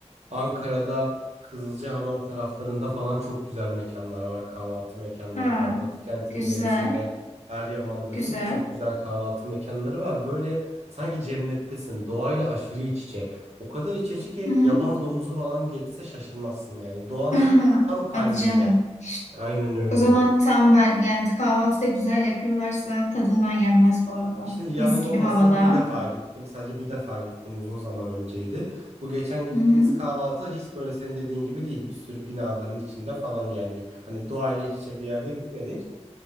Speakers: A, on the right; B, on the left.
A: Ankara'da Kızılcahamam taraflarında falan çok güzel mekanlar var. Kahvaltı mekanları
B: Ha,
A: var. Batı kentin
B: güzel,
A: ilerisinde Eryaman'da
B: güzel.
A: çok çok güzel kahvaltı mekanları var. Böyle sanki cennettesin. Doğayla aşırı iç içe. O kadar iç içe ki
B: Hı hı.
A: yaban domuzu falan geçse şaşırmazsın yani. Doğanın
B: <laughs>
A: tam kalbinde.
B: Hadi canım.
A: Aynen öyle.
B: O zaman tam ben yani kahvaltı da güzel yapıyorlarsa tadından yenmez bu arada.
A: Şimdi yalan
B: Mis gibi
A: olmasın
B: havada.
A: bir defa gittim. Sadece bir defa gittim uzun zaman önceydi. Bu geçen gittiğimiz
B: Hı hı.
A: kahvaltı hiç böyle senin dediğin gibi değil. Bir sürü binaların içinde falan yani. Hani doğayla iç içe bir yerde gitmedik.